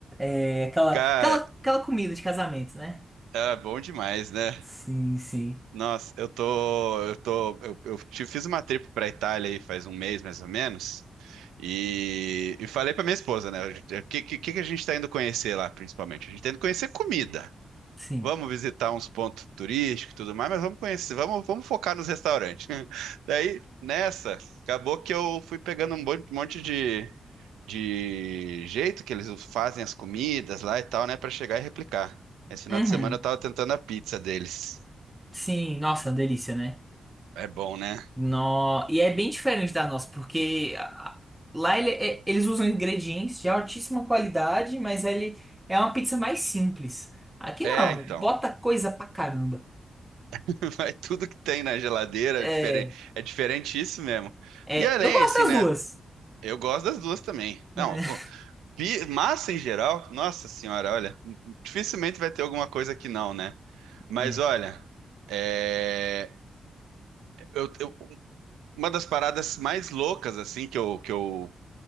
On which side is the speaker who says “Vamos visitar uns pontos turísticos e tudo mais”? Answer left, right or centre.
Right